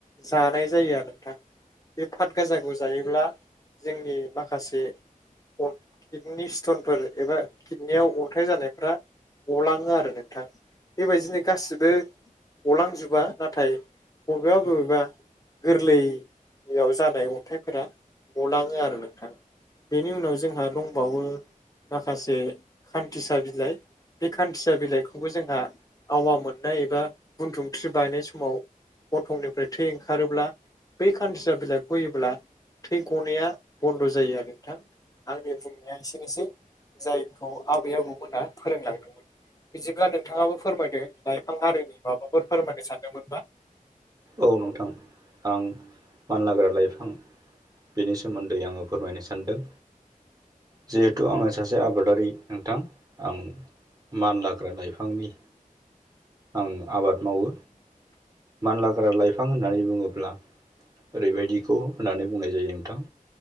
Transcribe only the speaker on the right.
औ नोंथां आं मानलाग्रा लाइफां बेनि सोमोन्दै आङो फोरमायनो सानदों जिहेथु आङो सासे आबादारि नोंथां आं मान लाग्रा लाइ फांनि आं आबाद मावो मानलाग्रा लाइफां होननानै बुङोब्ला ओरैबायदिखौ होननानै बुंनाय जायो नोंथां